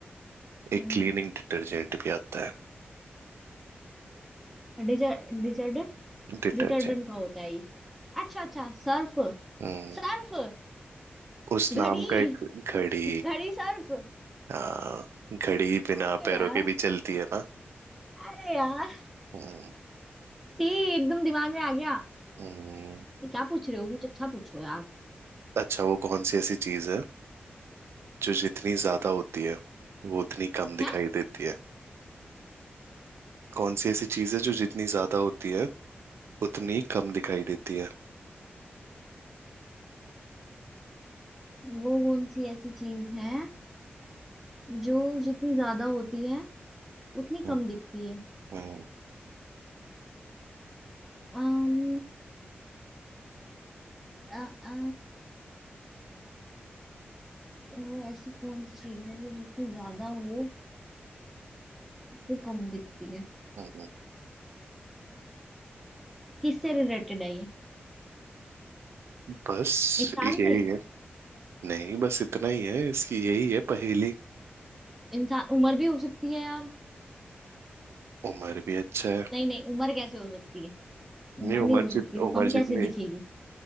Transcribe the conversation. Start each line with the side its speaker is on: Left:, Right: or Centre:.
Right: एक
Centre: हम्म
Right: क्लीनिंग डिटर्जेंट भी आता है
Centre: डिटर्डेंट
Right: डिटर्जेंट
Centre: डिटर्डेंट का होता है ये अच्छा अच्छा सर्फ
Right: हम्म
Centre: सर्फ
Right: उस
Centre: घड़ी
Right: नाम का एक घड़ी
Centre: घड़ी सर्फ
Right: हाँ घड़ी बिना
Centre: अरे
Right: पैरों
Centre: यार
Right: के भी चलती है ना
Centre: अरे यार
Right: हम्म
Centre: छी एकदम दिमाग में आ गया
Right: हम्म,
Centre: ये क्या पूछ रहे हो कुछ अच्छा पूछो यार
Right: अच्छा वो कौन सी ऐसी चीज है जो जितनी ज्यादा होती है वो उतनी कम दिखाई
Centre: है
Right: देती है कौन सी ऐसी चीज है जो जितनी ज्यादा होती है उतनी कम दिखाई देती है
Centre: वो कौन सी ऐसी चीज है जो जितनी ज्यादा होती है उतनी
Right: हम्म,
Centre: कम दिखती है
Right: हम्म,
Centre: अम्म, आ, आ, वो ऐसी कौन सी चीज है जो जितनी ज्यादा हो उतनी कम दिखती है
Right: हम्म।
Centre: किससे रिलेटेड है ये
Right: बस
Centre: इंसान
Right: यही
Centre: से
Right: है नहीं बस इतना ही है इसकी यही है पहेली
Centre: इंसान उम्र भी हो सकती है यार
Right: उम्र भी अच्छा है
Centre: नहीं नहीं उम्र कैसे हो सकती है
Right: नहीं
Centre: उम्र
Right: उम्र
Centre: नहीं हो सकती
Right: जित
Centre: वो
Right: उम्र
Centre: कम
Right: जितनी
Centre: कैसे दिखेगी